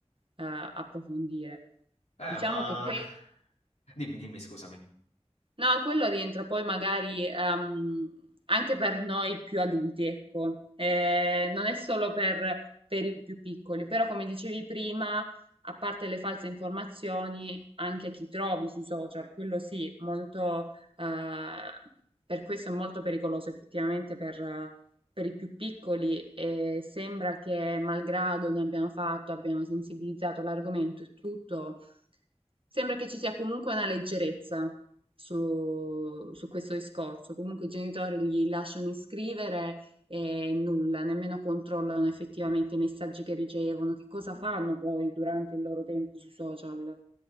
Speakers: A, on the right (about 55°); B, on the left (about 80°).
A: eh, approfondire.
B: Eh,
A: Diciamo
B: ma...
A: che questo
B: Dimmi, dimmi, scusami.
A: No, quello rientra poi magari ehm, anche per noi più adulti, ecco. Eh, non è solo per, per i più piccoli, però come dicevi prima, a parte le false informazioni, anche chi trovi sui social, quello sì, molto, eh, per questo è molto pericoloso effettivamente per, eh, per i più piccoli e sembra che malgrado ne abbiamo fatto, abbiamo sensibilizzato l'argomento e tutto Sembra che ci sia comunque una leggerezza su, su questo discorso. Comunque i genitori li lasciano iscrivere e nulla, nemmeno controllano effettivamente i messaggi che ricevono, che cosa fanno poi durante il loro tempo sui social.